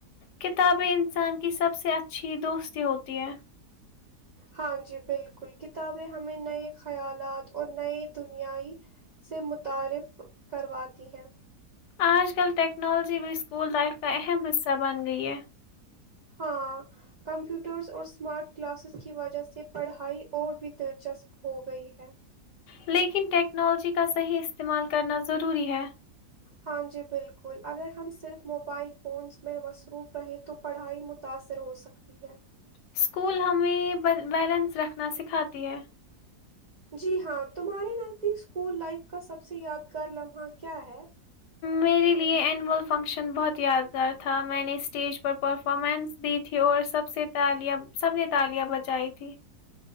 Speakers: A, on the left; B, on the right.
A: کتابیں انسان کی سب سے اچھی دوستی ہوتی ہے
B: ہاں جی بالکل کتابیں ہمیں نئے خیالات اور نئی دنیا ئی سے متعارف کرواتی ہیں
A: آج کل ٹیکنالوجی بھی اسکول لائف کا اہم حصہ بن گئی ہے
B: ہاں کمپیوٹرز اور اسمارٹ کلاسز کی وجہ سے پڑھائی اور بھی دلچسپ ہو گئی ہے
A: لیکن ٹیکنالوجی کا صحیح استعمال کرنا ضروری ہے
B: ہاں جی بالکل اگر ہم صرف موبائل فونس میں م وف رہے تو پڑھائی م متاثر ہو سکتی ہے
A: اسکول ہمیں بیلنس رکھنا سکھاتی ہے
B: جی ہاں تمہارے نزدیک اسکول لائف کا سب سے یادگار لمحہ کیا ہے
A: میرے لیے اینول فنکشن بہت یادگار تھا میں نے اسٹیج پر پرفارمنس دی تھی اور سب سے تالیاں سب نے تالیاں بجائی تھھی